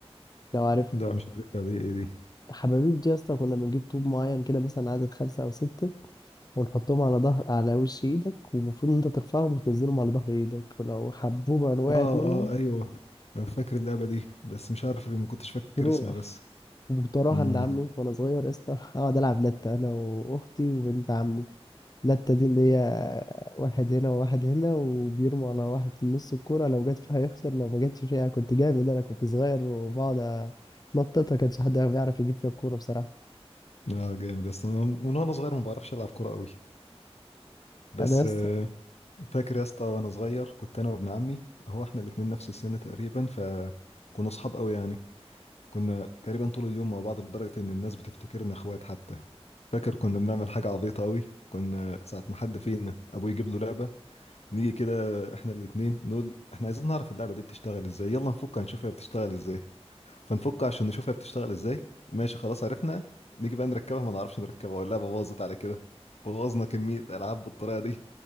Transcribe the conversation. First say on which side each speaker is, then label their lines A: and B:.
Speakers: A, on the left; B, on the left.
A: لو عارف
B: ده انا مش عارف دي ايه دي
A: حبابيب دي يا اسطى كنا بنجيب طوب معين كده مثلا عدد خمسة أو ستة ونحطهم على ظهر على وش إيدك ومفروض إن أنت ترفعهم وتنزلهم على ظهر إيدك ولو حبوبة وقعت
B: اه
A: منهم
B: اه ايوه أنا فاكر اللعبه دي بس مش عارف ما كنتش فاكر
A: تروح
B: اسمها بس
A: وكنت أروح
B: امم
A: عند عمي وأنا صغير يا اسطى أقعد ألعب لتة أنا وأختي وبنت عمي لتة دي اللي هي واحد هنا وواحد هنا وبيرموا على واحد في النص الكورة لو جت فيها يخسر لو ما جتش فيها كنت جامد أنا كنت صغير وبقعد أتنططها كانش حد بيعرف يجيب فيها الكورة بصراحة
B: اه جامد يا اسطى أنا من وانا صغير ما بعرفش العب كوره قوي بس
A: أنا لسه
B: آه، فاكر يا اسطى وانا صغير كنت انا وابن عمي هو احنا الاتنين نفس السن تقريبا فكنا اصحاب قوي يعني كنا تقريبا طول اليوم مع بعض لدرجة إن الناس بتفتكرنا إخوات حتى فاكر كنا بنعمل حاجة عبيطة أوي كنا ساعة ما حد فينا أبوه يجيب له لعبة نيجي كده إحنا الاتنين نقول إحنا عايزين نعرف اللعبة دي بتشتغل إزاي يلا نفك هنشوف هي بتشتغل إزاي فنفك عشان نشوف هي بتشتغل إزاي ماشي خلاص عرفنا نيجي بقى نركبها ما نعرفش نركبها واللعبة باظت على كده بوظنا كمية ألعاب بالطريقة دي